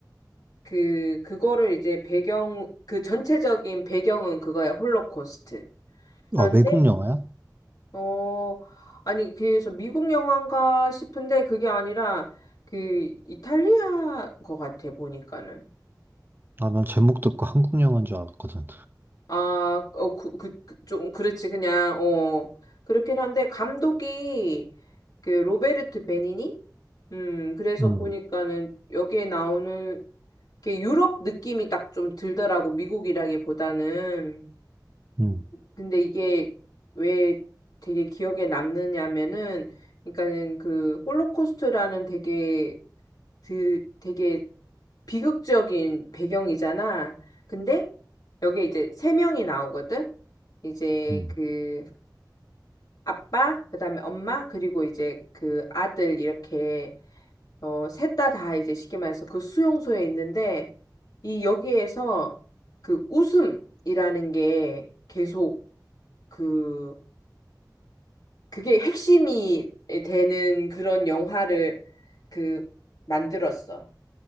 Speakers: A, on the left; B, on the right.
A: 그, 그거를 이제 배경, 그 전체적인 배경은 그거야, 홀로코스트. 그런데,
B: 아, 외국 영화야?
A: 어, 아니, 그래서 미국 영화인가 싶은데 그게 아니라 그 이탈리아 거 같아, 보니까는.
B: 아, 난 제목 듣고 <laughs> 한국 영화인 줄 알았거든.
A: 아, 어, 그, 그, 그- 좀, 그렇지, 그냥, 어, 그렇긴 한데 감독이 그 로베르트 베니니? 음, 그래서
B: 음,
A: 보니까는 여기에 나오는 게 유럽 느낌이 딱 좀 들더라고, 미국이라기보다는.
B: 음,
A: 근데 이게 왜 되게 기억에 남느냐면은, 그러니까는 그 홀로코스트라는 되게 그 되게 비극적인 배경이잖아. 근데 여기 이제 세 명이 나오거든. 이제
B: 음,
A: 그 아빠, 그다음에 엄마, 그리고 이제 그 아들 이렇게 어, 셋 다 다 이제 쉽게 말해서 그 수용소에 있는데 이 여기에서 그 웃음이라는 게 계속 그 그게 핵심이 되는 그런 영화를 그 만들었어.